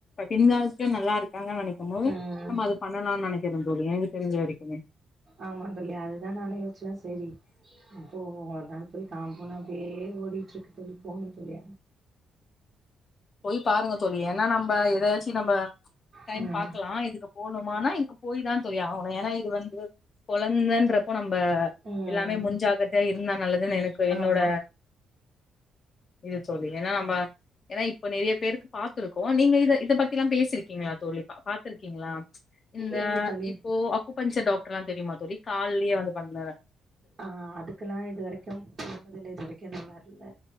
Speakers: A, on the left; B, on the right.
A: பின்காலத்துலயு நல்லா இருக்காங்கன்னு நனைக்கும் போது
B: ம்
A: நம்ம அது பண்ணலானு நினைக்கிறே தோழி எனக்கு தெரிஞ்ச வரைக்குமே
B: ஆமா தோழி அதுதா நானே யோசிச்சே சரி போவோ ஒரு நாள் போய் காம்ப்போனா அப்டியே ஓடிட்ருக்கு தோழி போகணு தோழி
A: போய் பாருங்க தோழி ஏன்னா நம்ப ஏதாச்சி நம்ப டைம்
B: ம்
A: பாக்லா இதுக்கப்றோ போணுமானா இங்க போய் தா தோழி ஆவுனு ஏன்னா இது வந்து கொழந்தன்றப்ப நம்ப
B: ம்
A: எல்லாமே முஞ்சாக்கர்தயா இருந்தா நல்லதுன்னு எனக்கு என்னோட
B: ஆமா
A: இது தோழி ஏன்னா நம்ப ஏன்னா இப் இப்ப நெறைய பேருக்கு பாத்துருக்கோ நீங்க இத இத பத்தி எல்லா பேசிருக்கீங்களா தோழி பாத்துருக்கீங்களா இந்த
B: எங்க தோழி
A: இப்போ அக்குப்பஞ்சர் டாக்டர்லா தெரியுமா தோழி கால்லயே வந்து பண்ணத
B: ஆ அதுக்கெலா இதுவரைக்கும் போனதுல்ல இது வரைக்கு இன்னு வர்ல